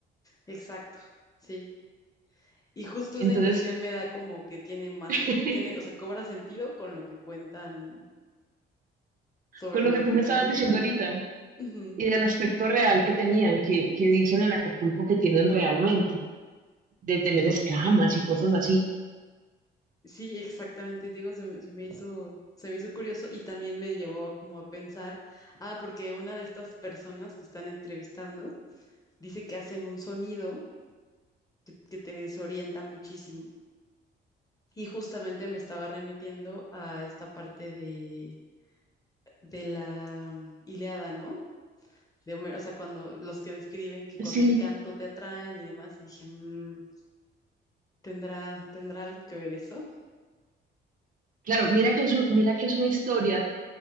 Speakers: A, on the left; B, on the right.
A: Exacto, sí. Y justo
B: Entonces,
A: esa impresión me da como que tiene más,
B: <laughs>
A: sen- tiene, o sea, cobra sentido con lo que cuentan sobre
B: con lo
A: lo
B: que
A: de
B: tú me
A: Cantinflas,
B: estabas diciendo ahorita
A: ¿no? Ujú.
B: y del aspecto real que tenían, que, que dicen en Acapulco que tienen realmente, de tener escamas y cosas así.
A: Sí, exactamente, digo, se, me se me hizo, se me hizo curioso y también me llevó como a pensar, ah, porque una de estas personas que están entrevistando dice que hacen un sonido que, que te desorienta muchísimo. Y justamente me estaba remitiendo a esta parte de, de la Ilíada, ¿no? de Homero, o sea, cuando los que describen que con
B: Sí,
A: el canto te atraen y demás, y dije, "Mm, ¿tendrá, tendrá algo que ver eso?
B: claro, mira que es, un- mira que es una historia